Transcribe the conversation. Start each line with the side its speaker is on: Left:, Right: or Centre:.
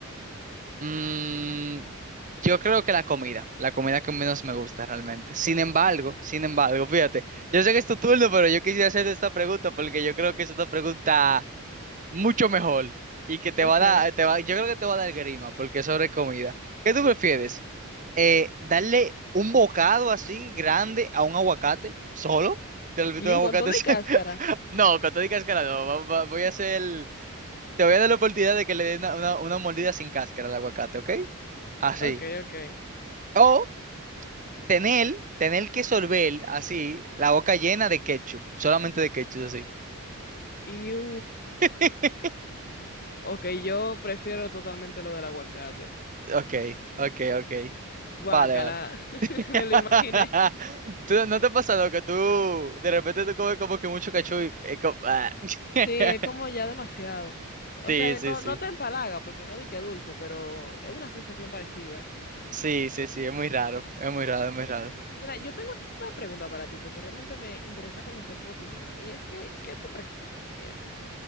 Right: mm, yo creo que la comida, la comida que menos me gusta realmente. Sin embargo, sin embargo, fíjate, yo sé que es tu turno, pero yo quisiera hacerte esta pregunta porque yo creo que es una pregunta mucho mejor y que te
Left: Ok.
Right: va a dar, te va, yo creo que te va a dar grima porque es sobre comida. ¿Qué tú prefieres? Eh, ¿darle un bocado así grande a un aguacate solo? ¿Te lo invito
Left: Iu
Right: un aguacate?
Left: con todo
Right: así?
Left: y
Right: <laughs>
Left: cáscara.
Right: No, cuando digas cáscara no, va- va- voy a hacer, el- te voy a dar la oportunidad de que le des una, una, una mordida sin cáscara al aguacate, ¿ok? Así.
Left: Ok, ok.
Right: O tener, tener que sorber así la boca llena de ketchup, solamente de ketchup así.
Left: Iu.
Right: <laughs>
Left: Ok, yo prefiero totalmente lo del aguacate.
Right: Ok, ok, ok.
Left: Guácala,
Right: Vale, vale.
Left: <laughs>
Right: <laughs>
Left: me lo imaginé.
Right: ¿Tú, no te pasa lo que tú de repente tú comes como que mucho cachú y es como, ah. <laughs>
Left: Sí, es como ya demasiado. O
Right: Sí,
Left: sea,
Right: sí,
Left: no,
Right: sí.
Left: no te empalaga porque no es de que dulce, pero es una sensación parecida.
Right: Sí, sí, sí, es muy raro. Es muy raro, es muy raro.
Left: Mira, yo tengo una pregunta para ti porque realmente me interesa conocer tu opinión. Y es que, ¿qué tú prefieres?